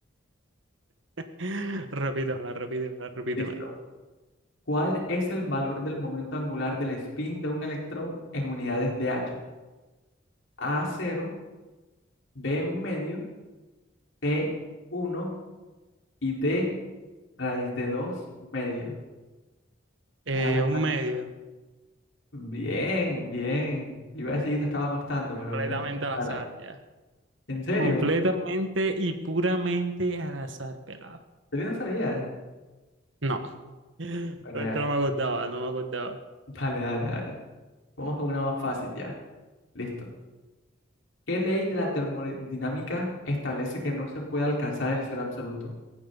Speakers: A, on the right; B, on the left.
A: <laughs> Repítemela, repítemela, repítemela.
B: Listo. ¿Cuál es el valor del momento angular del spin de un electrón en unidades de H? A cero, B un medio, C uno y D raíz de 2 medio.
A: Eh,
B: Ah, te
A: un
B: falta.
A: medio,
B: Bien, bien. Iba a decir que te estaba costando,
A: completamente
B: pero veo que la tienes clara.
A: al azar, ya.
B: ¿En serio?
A: Completamente y puramente al azar, pelado.
B: ¿En serio no sabías?
A: No, <laughs> esto
B: Bueno, ya.
A: no me acordaba, no me acordaba.
B: Dale, dale, dale. Vamos con una más fácil ya. Listo. ¿Qué ley de la termodinámica establece que no se puede alcanzar el cero absoluto?